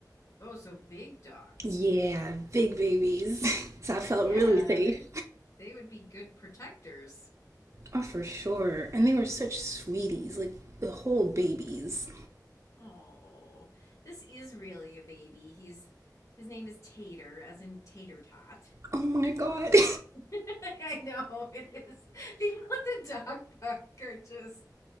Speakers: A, on the left (about 50°); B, on the right (about 40°).
A: Oh, so big dogs.
B: Yeah, big babies. <laughs> So I felt
A: Yeah,
B: really safe.
A: they they would be good protectors.
B: Oh, for sure. And they were such sweeties, like the whole babies.
A: Oh, this is really a baby. He's his name is Tater, as in Tater Tot.
B: Oh my god.
A: <laughs> I know it is. These at the dog park are just